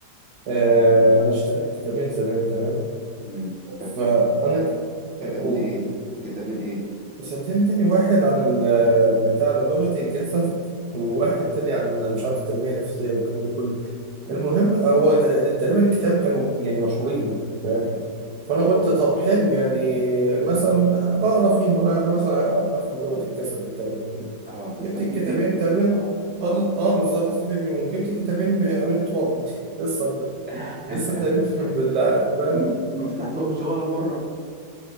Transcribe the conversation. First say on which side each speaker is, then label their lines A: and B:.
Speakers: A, on the right; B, in the centre.
A: آه انا اشتريت كتابين زمان تمام
B: مم. كانت
A: فانا
B: كانت-
A: ك-
B: كتابين
A: اقول
B: إيه؟ كتابين إيه؟
A: صدقني تاني واحد عن ال- بتاع ده، لغة الجسد وواحد
B: مم.
A: تاني عن مش عارف التنمية النفسية والكلام ده كله
B: تمام
A: المهم هو تق- تقريبا كتاب كانوا يعني مشهورين فاهم
B: مم.
A: فانا قلت طب حلو يعني مثلا اقرا فيهم وانا مثلا افهم لغه الجسد الكلام ده كله
B: اه تستفيد
A: جبت الكتابين
B: بيهم
A: تقريبا
B: اه
A: اه
B: اه
A: آه، بالظبط استفيد بيهم جبت الكتابين ب- عليهم تراب يعني <laughs> لسه ب...
B: <laughs>
A: لسه تقريبا <laughs> بال- فاهم
B: مف- مفتحتهمش ولا مرة